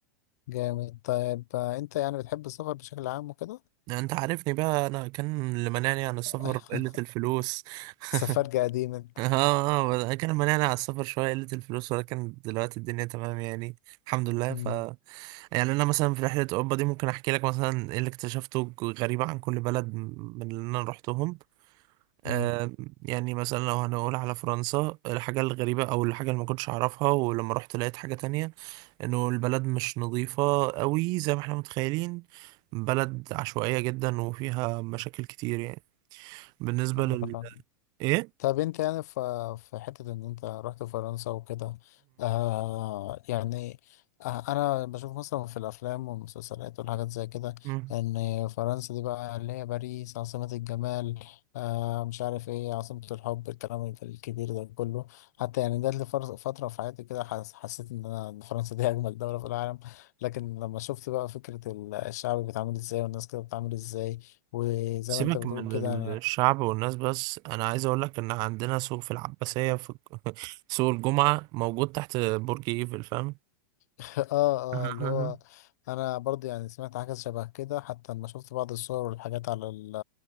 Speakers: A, on the left; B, on the right.
A: جامد طيب آه، انت يعني بتحب السفر بشكل عام وكده
B: يعني انت عارفني بقى انا كان اللي منعني عن السفر
A: <laughs>
B: قلة الفلوس <laughs>
A: سفرج قديم انت
B: <laughs> اه اه بس كان مليان على السفر شوية قلة الفلوس ولكن دلوقتي الدنيا تمام يعني الحمد لله
A: مم.
B: ف يعني أنا مثلا في رحلة أوروبا دي ممكن أحكي لك مثلا إيه اللي اكتشفته غريبة عن كل بلد من اللي أنا روحتهم آه
A: مم.
B: يعني مثلا لو هنقول على فرنسا الحاجة الغريبة أو الحاجة اللي ما كنتش أعرفها ولما رحت لقيت حاجة تانية إنه البلد مش نظيفة قوي زي ما احنا متخيلين بلد عشوائية جدا وفيها مشاكل كتير يعني بالنسبة لل
A: أيوة فاهم.
B: إيه؟
A: طب انت يعني في في حتة ان انت رحت فرنسا وكده آه يعني آه انا بشوف مثلا في الافلام والمسلسلات والحاجات زي كده
B: مم.
A: ان فرنسا دي بقى اللي هي باريس عاصمة الجمال آه مش عارف ايه عاصمة الحب الكلام الكبير ده كله حتى يعني ده اللي فر- فترة في حياتي كده حس حسيت ان انا إن فرنسا دي <laughs> اجمل دولة في العالم لكن لما شفت بقى فكرة ال- الشعب بيتعامل ازاي والناس كده بتتعامل ازاي وزي
B: سيبك
A: ما انت بتقول
B: من
A: كده
B: الشعب والناس بس انا عايز اقول لك ان عندنا سوق في العباسية في الج- <laughs> سوق الجمعة موجود تحت برج ايفل فاهم
A: اه اه
B: <laughs>
A: اللي هو انا برضه يعني سمعت حاجه شبه كده حتى لما شفت بعض الصور والحاجات على ال